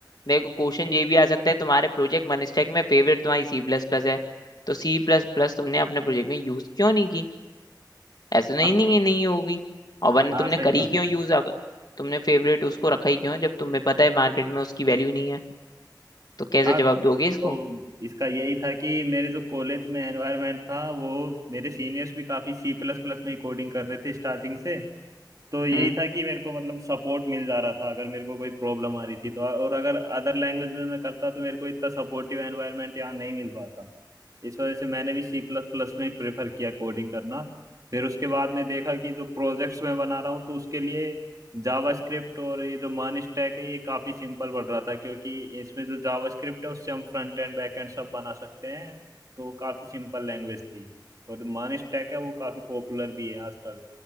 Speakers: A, on the left; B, on the right.
A: देखो क्वेश्चन ये भी आ सकता है तुम्हारे प्रोजेक्ट मनस्टैक में फेवरेट तुम्हारी सी प्लस प्लस है तो सी प्लस प्लस तुमने अपने प्रोजेक्ट में यूज क्यों नहीं की ऐसा नहीं
B: हाँ
A: नहीं ये नहीं होगी और वरना
B: हाँ
A: तुमने
B: सही
A: करी
B: बात
A: क्यों यूज
B: है
A: अगर तुमने फेवरेट उसको रखा ही क्यों है, जब तुम्हें पता है मार्केट में उसकी वैल्यू नहीं है तो कैसे
B: हाँ
A: जवाब दोगे इसको
B: तो इसका यही था कि मेरे जो कॉलेज में एनवायरनमेंट था वो मेरे सीनियर्स भी काफ़ी सी प्लस प्लस में ही कोडिंग कर रहे थे स्टार्टिंग से तो यही
A: हम्म
B: था कि मेरे को मतलब सपोर्ट मिल जा रहा था अगर मेरे को कोई प्रॉब्लम आ रही थी तो और अगर अदर लैंग्वेज में मैं करता तो मेरे को इतना सपोर्टिव एनवायरनमेंट यहाँ नहीं मिल पाता इस वजह से मैंने भी सी प्लस प्लस में ही प्रेफर किया कोडिंग करना फिर उसके बाद में देखा कि जो प्रोजेक्ट्स मैं बना रहा हूँ तो उसके लिए जावास्क्रिप्ट और ये जो मान स्टैक है ये काफ़ी सिंपल पड़ रहा था क्योंकि इसमें जो जावास्क्रिप्ट है उससे हम फ्रंट एंड बैक एंड सब बना सकते हैं तो काफ़ी सिंपल लैंग्वेज थी और मान स्टैक है वो काफ़ी पॉपुलर भी है आजकल